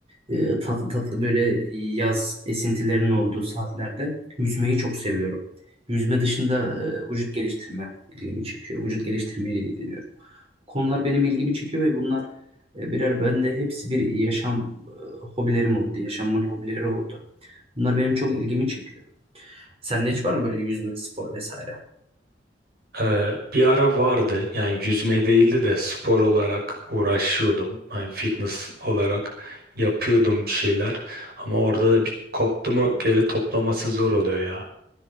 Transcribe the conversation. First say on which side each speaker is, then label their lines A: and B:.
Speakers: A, on the right; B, on the right.
A: e, tatlı tatlı böyle yaz esintilerinin olduğu saatlerde yüzmeyi çok seviyorum. Yüzme dışında e, vücut geliştirme ilgimi çekiyor. Vücut geliştirmeyle ilgileniyorum konular benim ilgimi çekiyor ve bunlar e, birer bende hepsi bir yaşam e, hobilerim oldu. Yaşamın hobileri oldu. Bunlar benim çok ilgimi çekiyor. Sende hiç var mı böyle yüzme, spor vesaire?
B: Ee, bir ara vardı. Yani yüzme değildi de spor olarak uğraşıyordum. Yani fitness olarak yapıyordum bir şeyler. Ama orada da bir koptu mu geri toplaması zor oluyor ya.